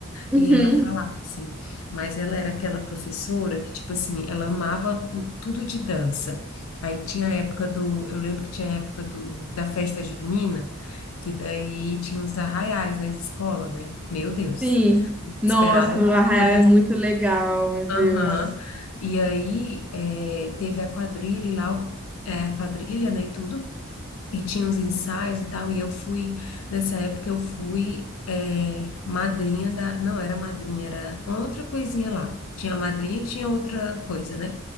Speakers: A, in the centre; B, on the left.
A: uhum,
B: E ela falava assim. Mas ela era aquela professora que, tipo assim, ela amava tudo de dança. Aí tinha a época do, eu lembro que tinha a época do, da festa junina, que daí tinha uns arraiais nas escolas, né? Meu Deus,
A: sim. Nossa,
B: esperavam
A: o
B: muito
A: Arraial
B: por isso
A: é muito legal, meu
B: Aham.
A: Deus.
B: E aí eh, teve a quadrilha e lá, eh, a quadrilha, né, e tudo. E tinha uns ensaios e tal, e eu fui, nessa época eu fui eh, madrinha da, não era madrinha, era outra coisinha lá. Tinha a madrinha e tinha outra coisa, né?